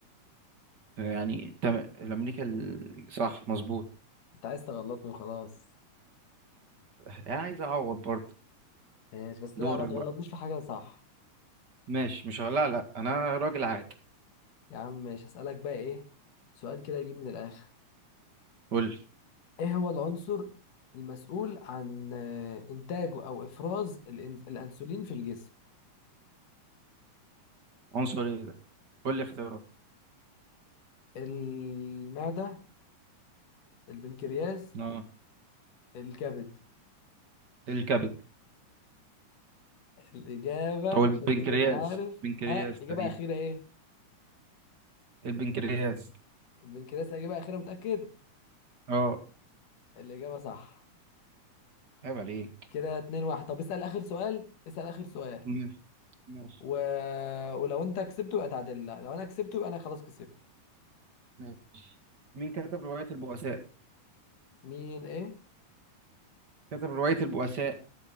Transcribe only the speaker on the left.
انت عايز تغلطني وخلاص
ماشي بس
لا ما تغلطنيش
في حاجة صح
يا عم ماشي هسألك بقى ايه سؤال كده يجيب من الآخر
ايه هو العنصر المسؤول عن آه، إنتاجه أو إفراز الإن- الأنسولين في الجسم
المعدة البنكرياس
الكبد
الإجابة
عشان
تكون عارف
ها إجابة
أخيرة إيه؟
البنكرياس إجابة أخيرة متأكد؟
الإجابة صح
كده اتنين واحد طب اسأل آخر سؤال اسأل آخر سؤال
و... ولو أنت كسبته يبقى تعادل لا لو أنا كسبته يبقى أنا خلاص كسبت
مين إيه؟